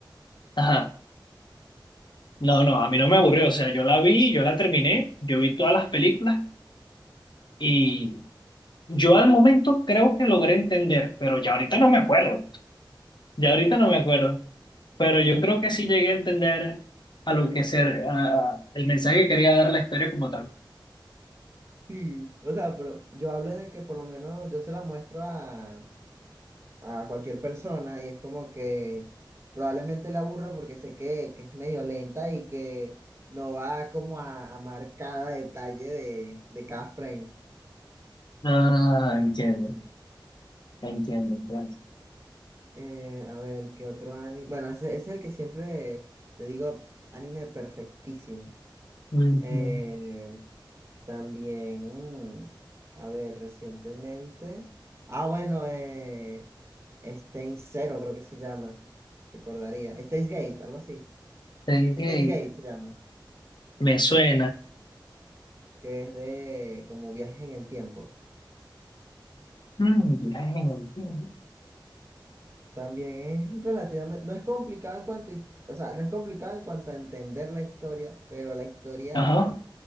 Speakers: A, on the left; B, on the right.
A: ajá. No, no, a mí no me aburrió, o sea, yo la vi, yo la terminé, yo vi todas las películas y yo al momento creo que logré entender, pero ya ahorita no me acuerdo, ya ahorita no me acuerdo. Pero yo creo que sí llegué a entender a lo que ser, a- a- el mensaje que quería dar la historia como tal.
B: Sí, o sea, pero yo hablo de que por lo menos yo se la muestro a, a cualquier persona y es como que probablemente la aburra porque sé que, que es medio lenta y que no va como a, a marcar cada detalle de, de cada frame.
A: Ah, entiendo, entiendo, entiendo.
B: Eh, a ver, ¿qué otro anime? Bueno, ese, ese es el que siempre te digo, anime perfectísimo.
A: Ujú.
B: Eh, También, mm, a ver, recientemente. Ah, bueno, eh, Steins Zero creo que se llama. Recordaría. Steins Gate, algo así.
A: Ok,
B: Steins Gate se llama.
A: Me suena.
B: Que es de como viajes en el tiempo.
A: Mm, bien, entiendo.
B: También es relativamente. No es complicado en cuanto. a his- O sea, no es complicado en cuanto a entender la historia, pero la historia
A: Ajá,